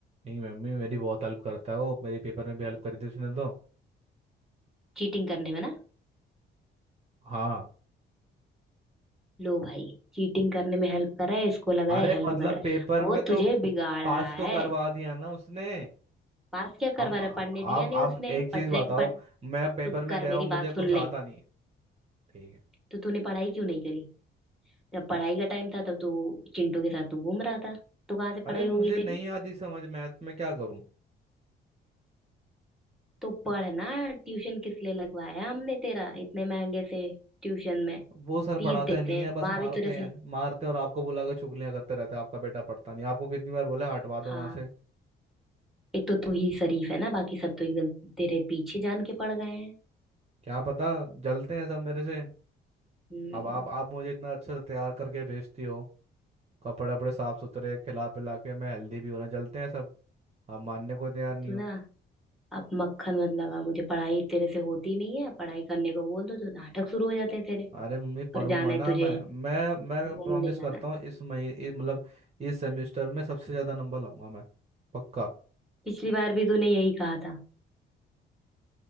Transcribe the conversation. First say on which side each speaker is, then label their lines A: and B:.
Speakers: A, on the right; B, in the centre.
A: नहीं मम्मी मेरी बहुत हेल्प करता है वो मेरे पेपर में भी हेल्प करी थी उसने तो
B: चीटिंग करने में ना
A: हाँ
B: लो भाई चीटिंग करने में हेल्प कर रहा है इसको लग रहा
A: अरे
B: है हेल्प
A: मतलब
B: कर रहा है
A: पेपर
B: वो
A: में तो
B: तुझे बिगाड़
A: पास
B: रहा
A: तो
B: है
A: करवा दिया ना उसने
B: पास क्या करवा
A: अब
B: रहा है पढ़ने
A: अब
B: दिया नहीं
A: अब
B: उसने
A: एक चीज
B: पढ़ने
A: बताओ
B: पढ़
A: मैं
B: चुप
A: पेपर में
B: कर
A: गया
B: मेरी
A: हूँ मुझे
B: बात
A: कुछ
B: सुन ले
A: आता नहीं है ठीक है
B: तो तूने पढ़ाई क्यों नहीं करी जब पढ़ाई का टाइम था तब तू चिंटू के साथ तू घूम रहा था तो कहाँ से
A: अरे
B: पढ़ाई
A: मुझे
B: होगी
A: नहीं
B: तेरी
A: आती समझ मैथ में क्या करूँ
B: तो पढ़ना ट्यूशन किस लिए लगवाया हमने तेरा इतने महंगे से ट्यूशन में
A: वो सर
B: फीस
A: पढ़ाते
B: देते
A: नहीं
B: हैं
A: है बस
B: वहां
A: मारते
B: भी तेरे
A: हैं
B: से
A: मारते हैं और आपको बुला के चुगलियां करते रहते हैं आपका बेटा पढ़ता नहीं आपको कितनी बार बोला हटवा दो
B: हाँ
A: वहां से
B: एक तो तू ही शरीफ है ना बाकी सब तो एकदम तेरे पीछे जान के पड़ गए हैं
A: क्या पता जलते हैं सब मेरे से
B: हम्म
A: अब आप आप मुझे इतना अच्छा तैयार करके भेजती हो कपड़े वपड़े साफ सुथरे खिला पिला के मैं हेल्दी भी होना जलते हैं सब आप मानने को तैयार नहीं
B: तू
A: हो
B: ना अब मक्खन मत लगा मुझे पढ़ाई तेरे से होती नहीं है पढ़ाई करने को बोल दो तो नाटक शुरू हो जाते हैं तेरे
A: अरे मम्मी पढ़ूंगा
B: पर जाना
A: ना
B: है तुझे
A: मैं मैं मैं
B: घूमने
A: प्रॉमिस
B: जाना
A: करता
B: है
A: हूँ इस महीने मतलब इस सेमेस्टर में सबसे ज्यादा नंबर लाऊंगा मैं पक्का
B: पिछली बार भी तूने यही कहा था